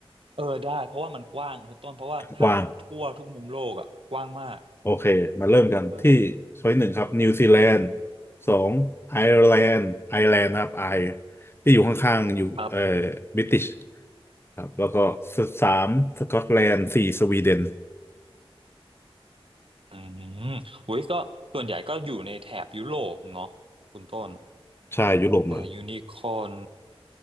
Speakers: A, on the right; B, on the left.
A: เออได้เพราะว่ามันกว้างคุณต้นเพราะว่าถ้าทั่วทุกมุมโลกอ่ะกว้างมาก
B: กว้างโอเคมาเริ่มกันที่ช้อยหนึ่งครับนิวซีแลนด์
A: เออ
B: สองไอร์แลนด์ไอร์แลนด์นะครับไอที่อยู่ข้างๆอยู่เอ่อ
A: ครับ
B: บริติชครับแล้วก็สามสกอตแลนด์สี่สวีเดน
A: อืมอุ้ยก็ส่วนใหญ่ก็อยู่ในแถบยุโรปเนาะคุณต้น
B: ใช่ยุโรปหมดเลย
A: แต่ยูนิคอร์น